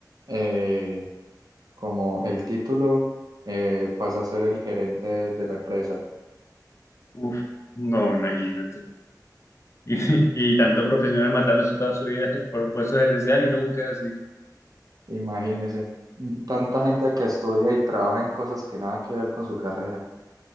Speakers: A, on the right (about 60°); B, on the left (about 40°).
A: eh, como el título, eh, pasa a ser el gerente de la empresa.
B: uf, no, imagínate. <laughs> Y, y tanto profesionales matándose toda su vida por un puesto gerencial y nunca así.
A: Imagínese, tanta gente que estudia y trabaja en cosas que nada que ver con su carrera.